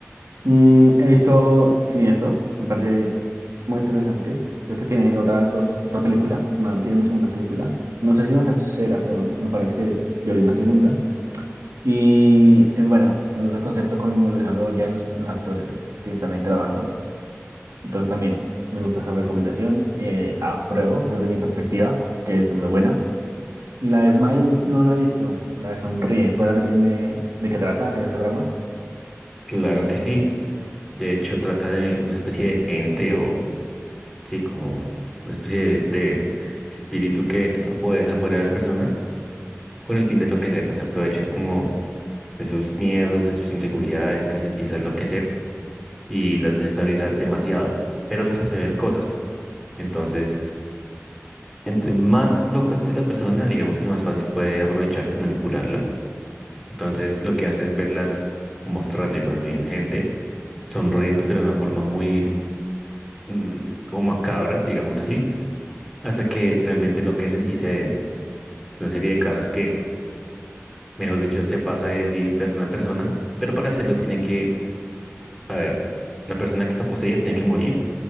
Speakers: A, on the right; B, in the centre.
A: Mm, he visto Siniestro, me parece muy interesante. Creo que tiene otras dos, otra película, una tiene una segunda película. No sé si una tercera, pero me parece que yo vi una segunda. Y es buena, me gusta el concepto cómo lo desarrollan los, los actores que, que están ahí trabajando. Entonces también me gusta esa recomendación, eh, apruebo desde mi perspectiva, que es muy buena. Y la de Smile no la he visto, la de Sonríe. ¿Podrás decirme de qué trata esa trama?
B: Claro que sí. De hecho, trata de una especie de ente o, sí, como una especie de, de espíritu que puede desaparecer a las personas con el fin de enloquecerlas. Se aprovecha como de sus miedos, de sus inseguridades y las empieza a enloquecer y las desestabiliza demasiado, pero las hace ver cosas. Entonces, entre más loco esté la persona, digamos que más fácil puede aprovecharse y manipularla. Entonces, lo que hace es verlas o mostrarle más bien gente sonriendo, pero de una forma muy mm, como macabra, digámoslo así, hasta que realmente enloquecen y se den. Una serie de casos que, mejor dicho, se pasa de decir persona a persona, pero para hacerlo tiene que, a ver, la persona que está poseída tiene que morir